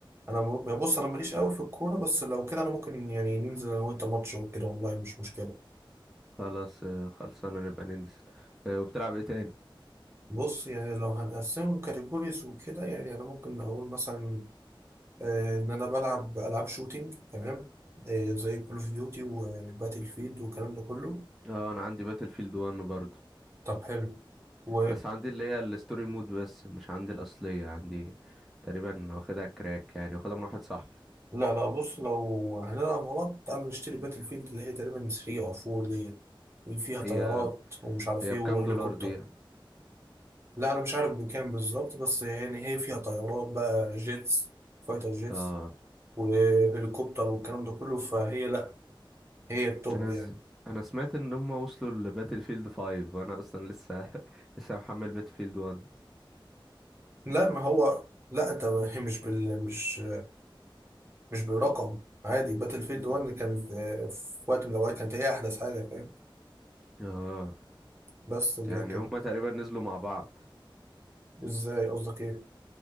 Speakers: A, on the right (about 30°); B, in the centre.
A: انا م- يعني بص انا ماليش قوي في الكوره بس لو كده انا ممكن يعني ننزل انا وانت ماتش وكده والله مش مشكله
B: خلاص آه، خلصانة نبقى ننزل آه، وبتلعب ايه تاني
A: بص يعني لو هنقسمه كاتيجوريز وكده يعني انا ممكن اقول مثلا آه، ان انا بلعب العاب شوتينج تمام آه، زي كول اوف ديوتي وباتل فيلد والكلام ده كله
B: اه انا عندي باتل فيلد 1 برضه
A: طب حلو و
B: بس عندي اللي هي الستوري مود بس مش عندي الاصلية عندي تقريبا واخدها كراك يعني واخدها من واحد صاحبي
A: لا لا بص لو هنلعب مع بعض تعالى نشتري باتل فيلد اللي هي تقريبا 3 او 4 دي اللي فيها طيارات
B: هي
A: ومش عارف
B: هي
A: ايه
B: بكام
A: وهليكوبتر
B: دولار دي
A: لا انا مش عارف بكام بالظبط بس يعني هي فيها طيارات بقى جيتس فايتر جيتس
B: اه
A: وهليكوبتر والكلام ده كله فهي لا هي التوب
B: انا
A: يعني
B: س... انا سمعت ان هم وصلوا لباتل فيلد 5 وانا اصلا لسه <laughs> لسه محمل باتل فيلد 1
A: لا ما هو لا انت <laughs> هي مش بال مش مش بالرقم عادي باتل
B: مم.
A: فيلد 1 اللي كان في في وقت من الاوقات كانت هي احدث حاجه فاهم
B: اه
A: بس لكن
B: يعني هم تقريبا نزلوا مع بعض
A: ازاي قصدك ايه